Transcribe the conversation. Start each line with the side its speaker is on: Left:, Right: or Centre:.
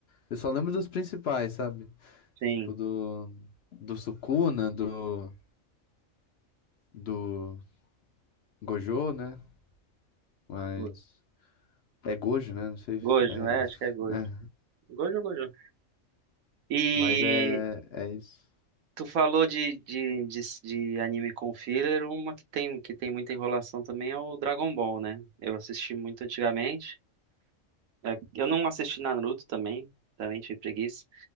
Left: Eu só lembro dos principais, sabe?
Right: sim.
Left: Tipo do. Do Sukuna, do. Do Gojo, né? Mas.
Right: Go-
Left: É Gojo, né? Não sei.
Right: Gojo,
Left: É.
Right: é, acho que é Gojo.
Left: é.
Right: Gojo, Gojo. E
Left: Mas é. É isso.
Right: tu falou de, de, de, de anime com filler, uma que tem, que tem muita enrolação também é o Dragon Ball, né? Eu assisti muito antigamente. É, Eu não assisti Naruto também, também tive preguiça.